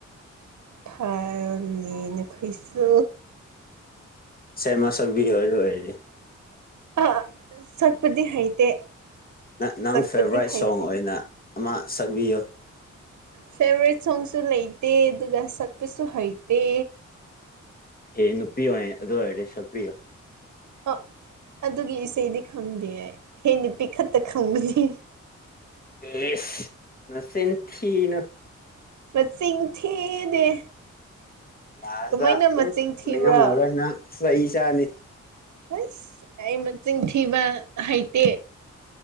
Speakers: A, on the right; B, on the left.
A: ꯊꯥꯔꯕꯅꯤ ꯅꯈꫭꯏꯁꯨ
B: ꯁꯦꯝ ꯃꯁꯛꯕꯤꯒꯦ ꯑꯣꯏꯔ ꯑꯗꯨ ꯑꫭꯏꯔꯗꯤ
A: ꯑ ꯁꯛꯄꯗꯤ ꯍꯩꯇꯦ
B: ꯅꯪ ꯅꯪ
A: ꯁꯛꯄꯗꯤ
B: ꯐꯦꯕꫭꯔꯥ꯭ꯏꯠ
A: ꯍꯩꯇꯦ
B: ꯁꯣꯡ ꯑꯣꯏꯅ ꯑꯃ ꯁꯪꯕꯤꯌꯨ
A: ꯐꯦꯕꫭꯔꯥ꯭ꯏꯠ ꯁꯣꯡꯁꯨ ꯂꯩꯇꯦ ꯑꯗꯨꯒ ꯁꯠꯄꯁꯨ ꯍꯩꯇꯦ
B: ꯍꯦ ꯅꯨꯄꯤ ꯑꯣꯏ ꯑꯗꯨ ꯑꯣꯏꯔꯗꯤ ꯁꯛꯄꯤꯌꯣ
A: ꯑ ꯑꯗꯨꯒꯤ ꯏꯁꯩꯗꯤ ꯈꯪꯗꯤꯌꯦ ꯍꯦꯛ ꯅꯨꯄꯤꯛ ꯈꯛꯇ ꯈꯪꯕꯅꯤ
B: ꯑꯦꯁ ꯅꯆꯤꯟ ꯊꯤꯅꯨ
A: ꯃꯆꯤꯡ ꯊꯤꯗꯦ
B: ꯂꯥꯁꯇ
A: ꯀꯃꯥꯏꯅ ꯃꯆꯤꯡ
B: ꯎꯝ
A: ꯊꯤꯕ꯭ꯔꯥ
B: ꯅꯤꯡꯉꯝ ꯍꯧꯔꫭꯏ ꯅꯪ ꯆꯩ ꯆꯥꯅꯤ
A: ꯑꯁ ꯑꯩ ꯃꯆꯤꯟ ꯊꯤꯕ ꯍꯩꯇꯦ